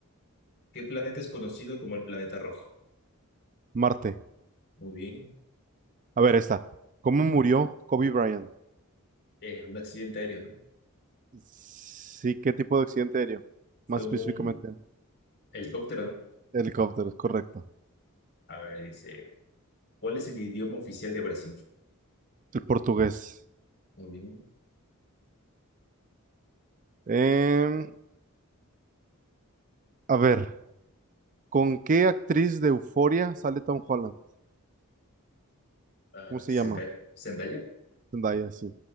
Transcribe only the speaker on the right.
Marte.
A ver, esta. ¿Cómo murió Kobe Bryant?
Sí, ¿qué tipo de accidente aéreo?
Más específicamente,
helicóptero, es correcto.
El portugués.
Em, a ver, ¿con qué actriz de Euforia sale Tom Holland?
¿Cómo se
llama?
Zendaya, sí.